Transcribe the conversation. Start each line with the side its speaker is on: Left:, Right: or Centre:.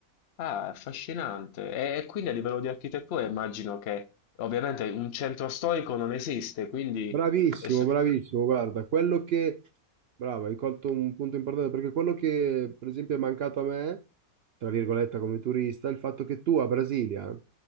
Left: Ah, affascinante. E, e quindi a livello di architettura immagino che ovviamente un centro storico non esiste, quindi
Right: Bravissimo,
Left: e se-
Right: bravissimo, guarda, quello che, brava, hai colto un punto importante perché quello che per esempio è mancato a me, tra virgolette come turista, è il fatto che tu a Brasilia